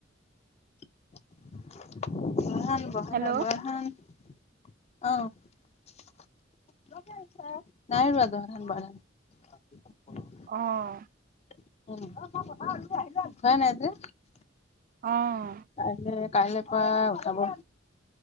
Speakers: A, on the left; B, on the right.
A: জহা ধান, বৰা
B: হেল্ল'
A: ধান অঁহ। নাই ৰোৱা জহা ধান, বৰা ধান খিনি।
B: অহ।
A: <inaudible>
B: অঁহ।
A: কাইলৈ, কাইলৈ পৰা উঠাব।